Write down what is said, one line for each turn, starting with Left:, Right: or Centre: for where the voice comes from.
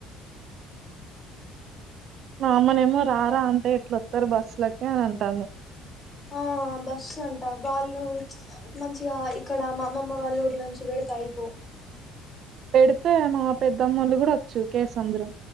Right: మా అమ్మనేమో రారా అంటే ఏట్లోత్తరు బస్సులకి అని అంటాను
Left: ఆ బస్సు అంట వాళ్ళు మంచిగా ఇక్కడ మా అమ్మమ్మ వాళ్ళ ఊర్లోంచి పెడతా అయిపో
Right: పెడితే మా పెద్దమ్మలు గూడా అచ్చు కేసంద్రు